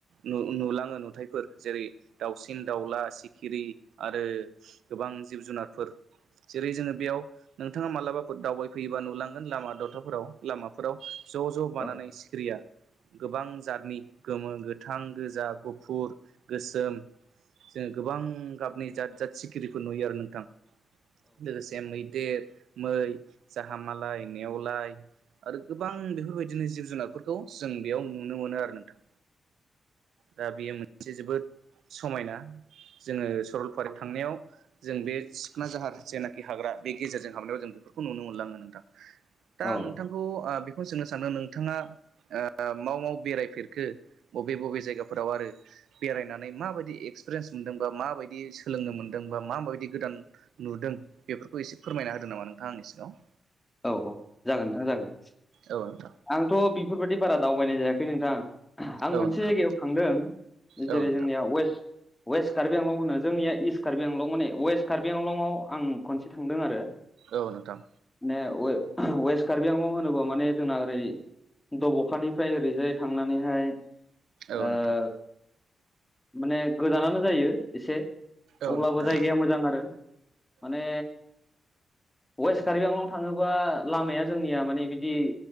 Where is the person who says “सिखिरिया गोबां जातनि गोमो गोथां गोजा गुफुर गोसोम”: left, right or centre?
Right